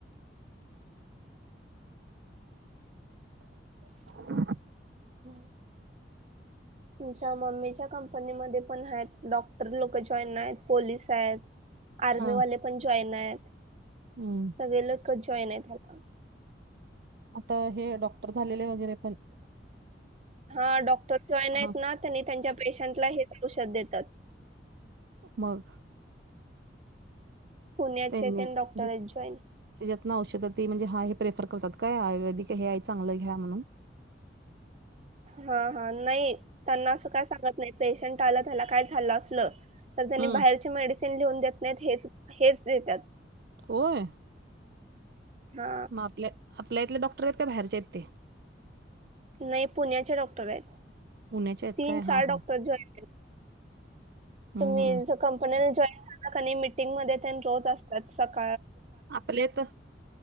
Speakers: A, on the right (about 60°); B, on the right (about 35°).
A: <inaudible>
B: हम्म तुमच्या मम्मीच्या कंपनीमध्ये पण आहेत डॉक्टर लोक जॉईन आहेत पोलिस त आहेत आर्मी
A: हा
B: वाले पण जॉइन आहेत
A: हम्म
B: सगळी लोकं खूप जॉइन आहेत अजून
A: आता हे डॉक्टर झालेले वगैरे पण
B: हा डॉक्टरशिवाय नाहीत
A: हा
B: ना त्यांनी त्यांच्या पेशंटला हेच औषध देतात
A: मग
B: पुण्याचे
A: त्यांनी
B: तेन
A: म्हणजे
B: डॉक्टर आहेत जॉइन
A: त्याच्यातन औषधं म्हणजे हा प्रेफर करतात का आयुवेदिक हे चांगलं घ्या म्हणून
B: हा हा नाही त्यांना असं काय सांगत नाही पेशंट आलं त्याला काय झालं असल तर त्यांनी
A: हम्म
B: बाहेरचे मेडिसिन लिहून देत नाहीत हेच देतात
A: होय
B: हा
A: मग आपल्या आपल्या इथले डॉक्टर आहेत का बाहेरचे आहेत ते
B: नाही पुण्याचे डॉक्टर आहेत
A: पुण्याचे आहेत
B: तीन
A: काय
B: चार
A: हा हा
B: डॉक्टर जे अस
A: हम्म
B: तुम्ही कंपनीला जॉइन झाला की नाही मीटिंग मध्ये तेन रोज असत्यात सका
A: आपल्या इथ